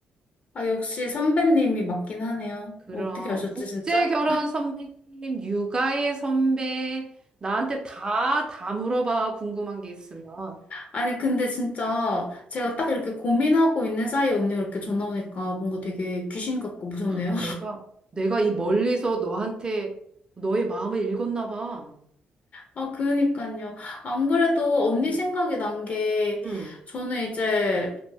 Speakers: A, on the left; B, on the right.
A: 아, 역시 선배님이 맞긴 하네요.
B: 그럼,
A: 어떻게 아셨지,
B: 국제
A: 진짜?
B: 결혼 선배님, 육아의 선배, 나한테 다, 다 물어봐. 궁금한 게 있으면.
A: 아니, 근데 진짜 제가 딱 이렇게 고민하고 있는 사이에 언니가 이렇게 전화 오니까 뭔가 되게 귀신 같고 무섭네요.
B: 네. 내가, 내가 이 멀리서 너한테 너의 마음을 읽었나 봐.
A: 아, 그니까요. 안 그래도 언니
B: 응
A: 생각이 난 게,
B: 응
A: 저는 이제,